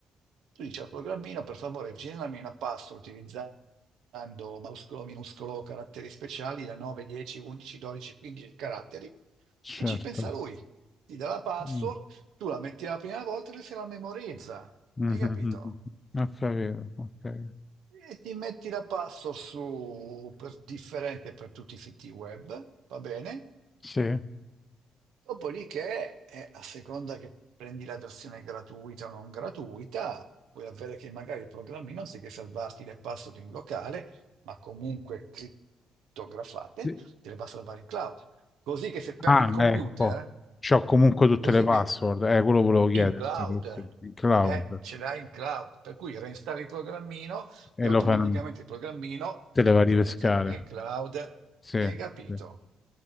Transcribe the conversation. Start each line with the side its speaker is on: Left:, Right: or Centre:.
Right: tu dici al programmino, per favore, generami una password utilizzando maiuscolo, minuscolo, caratteri speciali da 9, 10, 11, 12, 15 caratteri.
Left: certo.
Right: E ci pensa lui. Ti dà la password,
Left: Mm.
Right: tu la metti la prima volta e lui se la memorizza.
Left: Mhm.
Right: Hai capito?
Left: Ho capito, ho capito.
Right: E ti metti la password su per- differente per tutti i siti web, va bene?
Left: Sì.
Right: Dopodiché, eh, a seconda che prendi la versione gratuita o non gratuita, puoi avere che magari il programmino, anziché salvarti le password in locale, ma comunque crittografate,
Left: Sì.
Right: te le va a salvare in cloud. Così che se perdi
Left: Ah,
Right: il computer,
Left: ecco. C'ho comunque tutte
Right: così
Left: le password.
Right: che
Left: Eh, quello volevo chiederti.
Right: in cloud,
Left: questo. Il cloud.
Right: eh, ce l'hai in cloud, per cui reinstalli il programmino e
Left: E
Right: automaticamente
Left: lo fai.
Right: il programmino sincronizza
Left: Te le va a ripescare.
Right: con il cloud.
Left: Sì,
Right: Hai capito?
Left: sì.